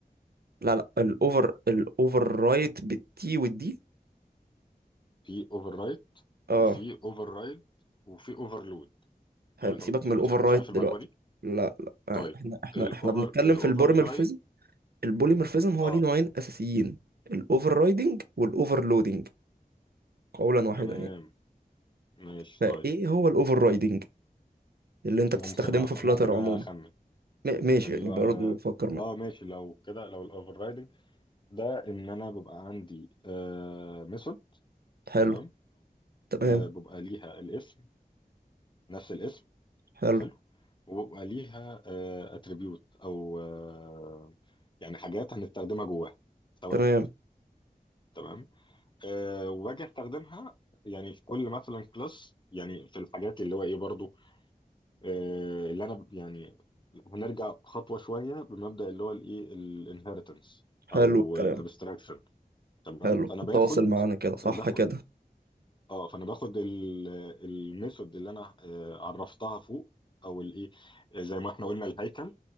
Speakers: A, on the right (about 80°); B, on the left (about 30°).
A: لا لا الاوفر الاوفر رايت بالتي والدي
B: في اوفر رايت
A: اه
B: وفي اوفر رايد وفي اوفرلود
A: حلو
B: لو انت
A: سيبك
B: انت
A: من الاوفر
B: مش
A: رايت
B: مش عارف
A: دلوقتي
B: المعلومه دي
A: لا لا آه،
B: طيب
A: احنا احنا
B: الاوفر
A: احنا بنتكلم
B: الاوفر
A: في البوليمورفيزم
B: رايد
A: البوليمورفيزم هو
B: اه
A: ليه نوعين اساسيين الاوفر رايدنج والاوفر لودنج قولا واحدا
B: تمام
A: يعني
B: ماشي
A: فايه
B: طيب
A: هو الاوفر رايدنج اللي انت بتستخدمه
B: ممكن أ...
A: في فلاتر
B: ممكن
A: عموما
B: اخمن
A: م- ماشي
B: ال...
A: يعني برضه فكر معايا
B: اه ماشي لو كده لو الاوفر رايدنج ده ان انا ببقى عندي آه ميثود
A: حلو
B: تمام
A: تمام
B: آه ببقى ليها الاسم نفس الاسم
A: حلو
B: حلو وبيبقى ليها اتريبيوت او آه، يعني حاجات هنستخدمها جواها ثوابت
A: تمام
B: تمام آه، وباجي استخدمها يعني في كل مثلا كلاس يعني في الحاجات اللي هو ايه برضو آه، اللي انا ب- يعني هنرجع خطوه شويه بمبدا اللي هو الايه الانهيرتنس
A: حلو
B: او
A: الكلام
B: الابستراكشن تمام
A: حلو
B: فانا
A: انت
B: باخد
A: واصل معانا كده صح
B: باخد
A: كده
B: اه فانا باخد الميثود اللي انا آه، عرفتها فوق او الايه زي ما احنا قلنا الهيكل